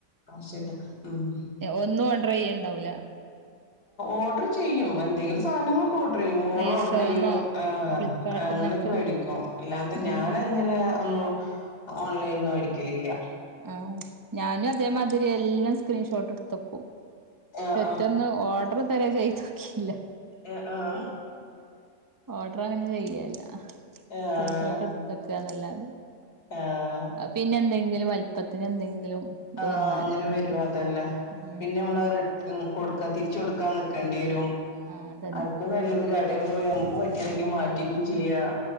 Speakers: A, on the left; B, on the right.
A: ആവശ്യല്ല ഉം
B: ഒന്നും ഓഡർ ചെയ്യണ്ട ഉണ്ടാവല
A: ഓർഡർ ചെയ്യും എന്തെങ്കിലും സാധനങ്ങൾ ഓർഡർചെയ്യും മോള
B: മീഷോന്നോ
A: ഓർഡർ ചെയ്യും ആ
B: ഫ്ലിപ്കാർട്ട്ന്നൊക്കെ
A: അങ്ങനെയൊക്കെ മേടിക്കും അല്ലാത
B: ഉം
A: ഞാൻങ്ങനെ ഒന്നും ഓൺലൈന ഒന്നും മേടിക്കലില്ല
B: ആഹ ഞാനും അതേമാതിരി എല്ലാം സ്ക്രീഷോട്ട് എടുത്തോക്കും
A: ആഹ്
B: പെട്ടെന്ന്ഓർഡർ തരാ ചെയ്തു ഇല്ല
A: ആ ആഹ
B: ഓർഡർ അങ്ങനെ ചെയ്യല്ല
A: ആഹ്
B: സ്ക്രീൻഷോട്ട് എടുത്തൊക്കെ നല്ല ഉ
A: ആഹ് ആഹ്
B: പിന്നെ എന്തെങ്കിലും വല്പത്തിന് എന്തെങ്കിലും ഇത്
A: ആ
B: വന്നാല്
A: അങ്ങനെ വരും അതന്നെ
B: ഉം
A: പിന്നെ നമ്മല് റിട്ട കൊടുക്കാ തിരിച്ചു കൊടുക്ക ക്കാൻനടകണ്ടിരും
B: ആഹ് അതന്നെ
A: ആയിക്ക് നല്ലത് കട പോയി നമുക്ക് പറ്റല്ലെങ്കിൽ മാറ്റിക്കയും ചെയ്യാം